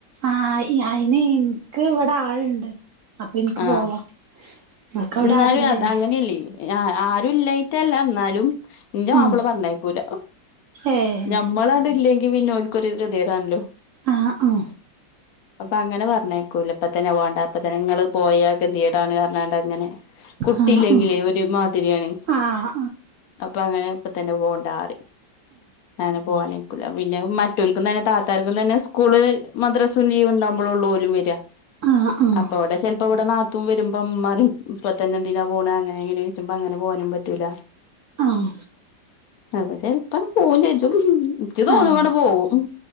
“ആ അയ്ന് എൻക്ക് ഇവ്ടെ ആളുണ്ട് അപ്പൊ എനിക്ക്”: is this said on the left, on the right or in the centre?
Right